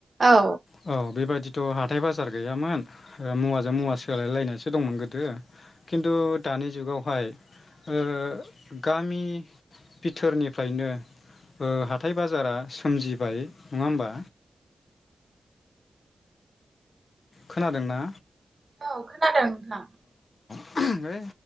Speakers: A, on the right; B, on the left.
A: औ।
B: औ बेबायदिथ हा थाय बाजार गैयामोन मुवाजों मुवा सोलायलायनायसो दंमोन गोदो खिन्थु दानि जुगावहाय ओ गामि बिथोरनिफ्रायनो ओ हाथाय बाजारा सोमजिबाय नङा होमबा खोनादोंना
A: औ खोनादों नोंथां
B: है